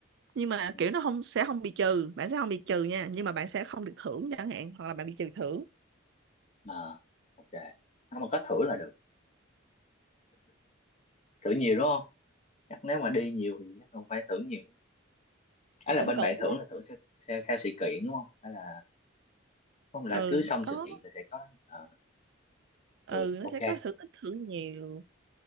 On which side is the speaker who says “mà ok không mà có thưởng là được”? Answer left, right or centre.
Left